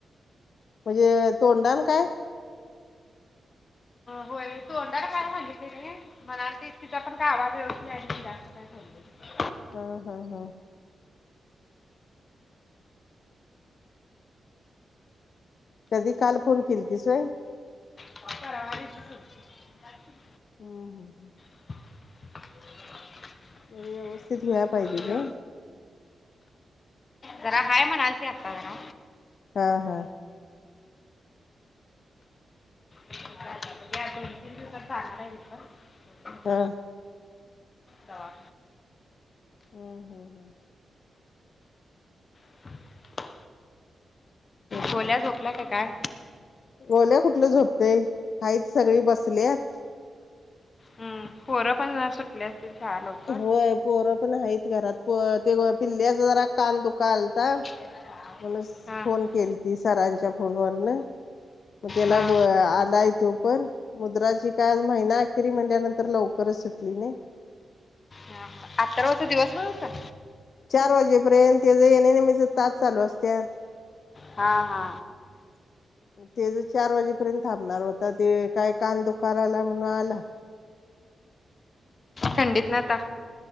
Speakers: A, on the left; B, on the left.
A: म्हणजे तोंडान काय.
B: होय तोंडाला काय सांगितले नाही. म्हणाल क तिचा पण काय आवाज व्यवस्थित आहे. जास्त काय
A: <inaudible>
B: सांगितलं
A: हा हा हा कधी काल फोन केलीतीस व्हय.
B: <unintelligible>
A: हम्म हम्म
B: <unintelligible>
A: थोडी व्यवस्थित व्हाय पाहिजे
B: होय,
A: ग
B: जरा हाय म्हणालती आता जरा.
A: हा हा
B: म्या दोन-तीन दिवसात जाणार आहे तिथ.
A: हा
B: तवा
A: हम्म हम्म हम्म
B: <inaudible>
A: तर
B: गोल्या
A: काय
B: झोपला का काय?
A: गोल्या कुठल झोपतय. हाईत सगळी बसल्यात.
B: हम्म, पोर पण सुटले असतील. शाळा लवकर
A: होय पोर पण आहेत घरात. प ते पिल्ल्याचा जरा कान दुकालता.
B: <inaudible>
A: म्हणस
B: हा
A: फोन
B: हा
A: केल ती सरांच्या फोनवर न. मग त्याला
B: हा
A: आलय तो पण. मुद्राची काय आज महिना अखेरी म्हणल्यानंतर लवकरच सुटली नइ..
B: ह हा अथर्वाचा दिवस बर होता.
A: चार वाजेपर्यंत तेज येणे जाणेच तास चालू असत्यात.
B: हा हा.
A: <inaudible> ते ज चार वाजेपर्यंत थांबणार होता ते काय कान दुकाय लागलय म्हणून आला.
B: थंडीत न आता.